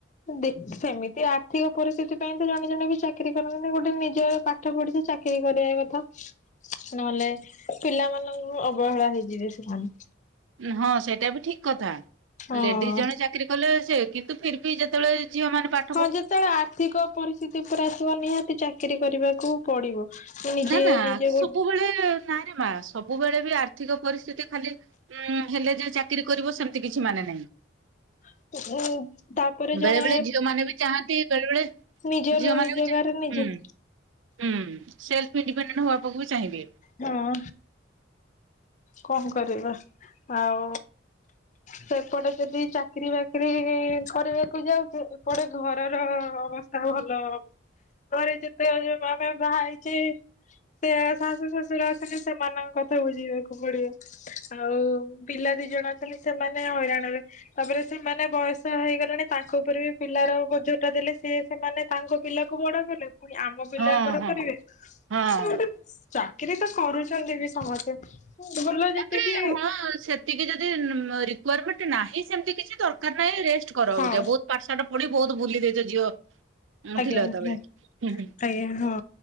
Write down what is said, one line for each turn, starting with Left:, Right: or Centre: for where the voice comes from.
Left: ଦେଖ ସେମିତି ଆର୍ଥିକ ପରିସ୍ଥିତି ପାଇଁ ତ ଜଣେ-ଜଣେ ବି ଚାକିରି କରନ୍ତି ନା ଗୋଟେ ନିଜ ପା ପାଠ ପଢିଛ, ଚାକିରି କରିବା କଥା।
Right: ହ <inaudible>
Left: ନହେଲେ ପିଲାମାନଙ୍କୁ ଅବହେଳା ହେଇଯିବେ ସେମାନେ।
Right: ହଁ ସେଇଟା ବି ଠିକ୍ କଥା,
Left: ହଁ।
Right: ଲେଡିଜ୍ ଜଣେ ଚାକିରି କଲେ ସେ କିନ୍ତୁ ଫିରଭି ଯେତେବେଳେ ଝିଅମାନେ ପା
Left: ହଁ ଯେତେବେଳେ ଆର୍ଥିକ ପରିସ୍ଥିତି ପୁରା ଆସିବ ନିହାତି ଚାକିରୀ କରିବାକୁ ପଡିବ। ନିଜେ
Right: ନା-ନା
Left: ନିଜେ ଗୋ
Right: ସବୁବେଳେ ନାଇଁରେ ମା, ସବୁବେଳେ ବି ଆର୍ଥିକ ପରିସ୍ଥିତି ଖାଲି ହୁଁ ହେଲେ ଯେ ଚାକିରି କରିବ ସେମ୍ତି କିଛି ମାନେ ନାହିଁ।
Left: <inaudible> ତାପରେ
Right: ବେଳେ
Left: ଜଣେ
Right: ବେଳେ ଝିଅ ମାନେ ବି ଚାହାନ୍ତି ବେଳେ ବେଳେ
Left: ନିଜ
Right: ଝିଅ
Left: ରୋଜଗାର
Right: ମାନେ ବି ଚାହା
Left: ନିଜେ
Right: ହୁଁ ହୁଁ ସେଲ୍ଫ୍ ଇଣ୍ଡିପେଣ୍ଡେଣ୍ଟ <unintelligible> ବି ଚାହିଁବେ।
Left: ହଁ କଣ କରିବା, ଆଉ ସେପଟେ ଯଦି ଚାକିରି ବାକିରି କରିବାକୁ ଯାଉଛେ, ଏପଟେ ଘରର ଅବ ତା ଭଲ ଘରେ ଯେତେବେଳେ ଆମେ ବାହା ହେଇଚେ, ସେ ଶାଶୁ ଶ ଶୁର ଅଛନ୍ତି, ସେମାନଙ୍କ କଥା ବୁଝିବାକୁ ପଡିବ। ଆଉ ପିଲା ଦି ଜଣ ଅଛନ୍ତି, ସେମାନେ ହଇରାଣ ହେବେ। ତାପରେ ସେମାନେ ବୟସ ହେଇଗଲେଣି, ତାଙ୍କ ଉପରେ ବି ପିଲାର ବୋଝ ଟା ଦେଲେ ସେ ସେମାନେ ତାଙ୍କ ପିଲାକୁ ବଡ କଲେ ପୁଣି ଆମ ପିଲାଙ୍କର
Right: ହଁ ହଁ
Left: କରିବେ,
Right: ହଁ।
Left: ସମସ୍ତେ ଚା କିରି ତ କରୁଛନ୍ତି ବି ସମସ୍ତେ। ଭଲ
Right: ତାପରେ
Left: ଯେତିକି
Right: ହଁ ସେତିକି ଯଦି ରିକ୍ବାରମେଣ୍ଟ ନାହିଁ, ସେମ୍ତି କିଛି ଦର୍ କାର୍ ନାହିଁ, ରେଷ୍ଟ କର
Left: ହଁ
Right: ଅବିକା ବହୁତ ପାଠଶାଠ ପଢି ବହୁତ ବୁଲି ଦେଇଚ ଝିଅ
Left: ଆଜ୍ଞା,
Right: ଥିଲ ହେତେବେଳେ ହୁଁ ହୁଁ
Left: ଆଜ୍ଞା ହଁ